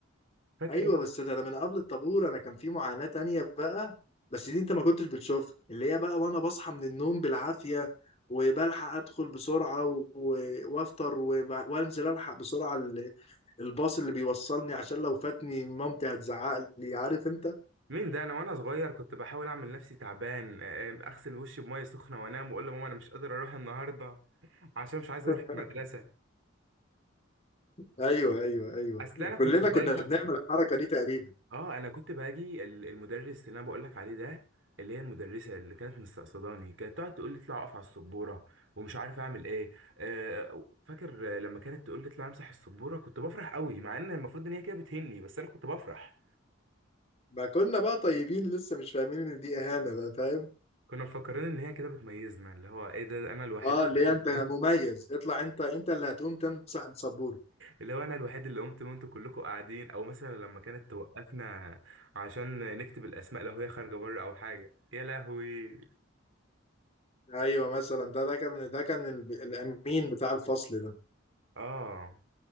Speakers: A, on the right; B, on the left.
A: فاكر
B: ايوه بس ده انا من قبل الطابور انا كان في معاناة تانية بقى بس دي انت ما كنتش بتشوفها اللي هي بقى وانا بصحى من النوم بالعافية وبلحق ادخل بسرعة و- وافطر وب- وانزل الحق بسرعة ال- الباص اللي بيوصلني عشان لو فاتني مامتي هتزعق لي عارف انت
A: مين ده انا وانا صغير كنت بحاول اعمل نفسي تعبان آه، اغسل وشي بميه سخنه وانام واقول لماما انا مش قادر اروح النهارده عشان مش عايز
B: <laughs>
A: اروح المدرسه
B: ايوه ايوه ايوه
A: اصل انا كنت
B: كلنا
A: باجي
B: كنا بنعمل الحركة دي تقريبا
A: اه انا كنت باجي ال- المدرس اللي انا بقول لك عليه ده اللي هي المدرسه اللي كانت مستقصداني كانت تقعد تقول لي اطلع اقف على السبوره ومش عارف اعمل ايه آه، فاكر آه، لما كانت تقول لي اطلع امسح السبوره كنت بفرح قوي مع ان المفروض ان هي كده بتهني بس انا كنت بفرح
B: ما كنا بقى طيبين لسه مش فاهمين ان دي اهانة بقى فاهم
A: كنا مفكرين ان هي كده بتميزنا اللي هو ايه ده انا الوحيد
B: اه
A: اللي
B: اللي
A: قمت
B: هي انت مميز اطلع انت انت اللي هتقوم تمسح السبورة
A: اللي هو انا الوحيد اللي قمت وانتوا كلكم قاعدين او مثلا لما كانت توقفنا عشان نكتب الاسماء لو هي خارجه بره او حاجه يا لهوي
B: ايوه مثلا ده ده كان ده كان الب- الامين بتاع الفصل ده
A: اه